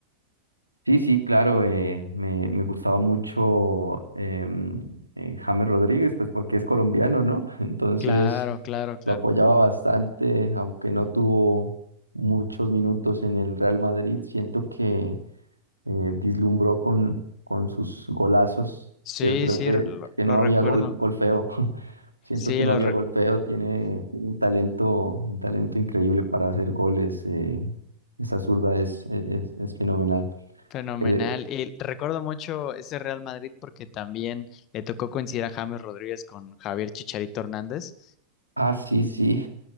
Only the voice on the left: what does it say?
Claro, claro, claro.
Sí,
sí,
r- lo,
lo
recuerdo.
Sí,
lo
re-
fenomenal.
Y recuerdo mucho ese Real Madrid porque también le tocó coincidir a James Rodríguez con Javier Chicharito Hernández.